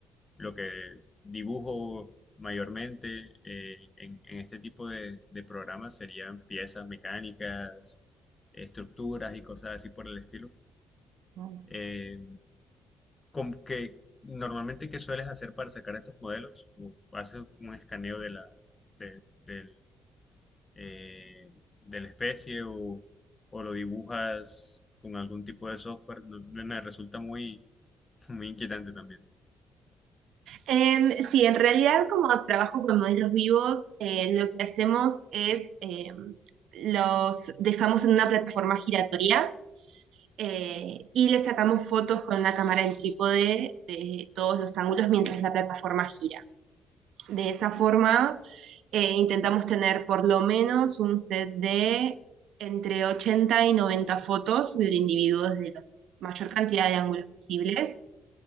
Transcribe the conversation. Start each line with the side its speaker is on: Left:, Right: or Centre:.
Left: lo que dibujo mayormente eh, en, en este tipo de, de programas serían piezas mecánicas, estructuras y cosas así por el estilo.
Right: Ujú.
Left: Eh, Como que normalmente, ¿qué sueles hacer para sacar estos modelos? ¿O haces un escaneo de la, de, del, eh, de la especie o, o lo dibujas con algún tipo de software? No- no- me resulta muy, <laughs> muy inquietante también.
Right: Em, sí, en realidad como trabajo con modelos vivos, eh, lo que hacemos es em, los dejamos en una plataforma giratoria eh, y le sacamos fotos con la cámara en trípode de todos los ángulos mientras la plataforma gira. De esa forma eh, intentamos tener por lo menos un set de entre 80 y 90 fotos del individuo desde la mayor cantidad de ángulos posibles